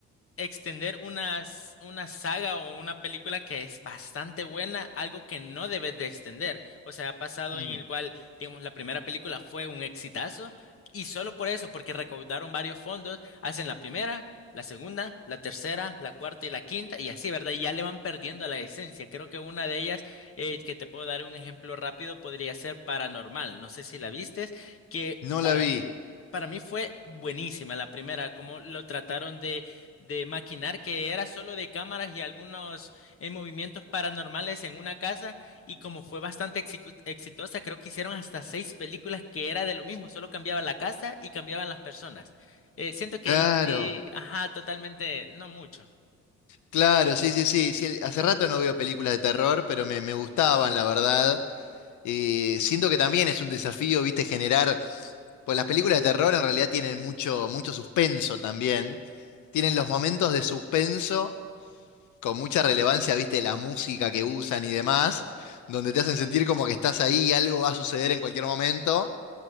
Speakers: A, on the left; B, on the left.
A: extender una, s- una saga o una película que es bastante buena, algo que no debes de extender. O sea, ha pasado
B: Mm,
A: en el cual, digamos, la primera película fue un exitazo y solo por eso, porque recaudaron varios fondos, hacen la primera, la segunda, la tercera, la cuarta y la quinta y así, ¿verdad? Y ya le van perdiendo la esencia. Creo que una de ellas, eh, que te puedo dar un ejemplo rápido, podría ser Paranormal. No sé si la vistes, que...
B: No
A: para
B: la vi.
A: para mí fue buenísima la primera, como lo trataron de, de maquinar, que era solo de cámaras y algunos eh, movimientos paranormales en una casa, y como fue bastante exicu- exitosa, creo que hicieron hasta seis películas que era de lo mismo, solo cambiaba la casa y cambiaban las personas. Eh, siento que
B: Claro,
A: ahí sí, ajá, totalmente, no mucho.
B: claro, sí, sí, sí, sí. Hace rato no veo películas de terror, pero me, me gustaban, la verdad. Eh, siento que también es un desafío, viste, generar, pues las películas de terror en realidad tienen mucho, mucho suspenso también, tienen los momentos de suspenso con mucha relevancia, viste, la música que usan y demás, donde te hacen sentir como que estás ahí y algo va a suceder en cualquier momento,